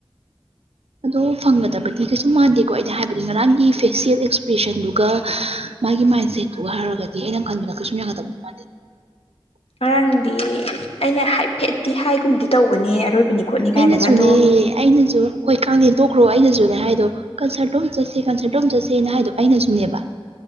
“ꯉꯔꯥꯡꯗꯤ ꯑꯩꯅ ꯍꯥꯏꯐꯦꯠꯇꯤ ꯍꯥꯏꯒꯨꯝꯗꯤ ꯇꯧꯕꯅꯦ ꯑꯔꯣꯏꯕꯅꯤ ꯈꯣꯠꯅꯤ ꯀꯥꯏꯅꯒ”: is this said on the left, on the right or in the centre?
Left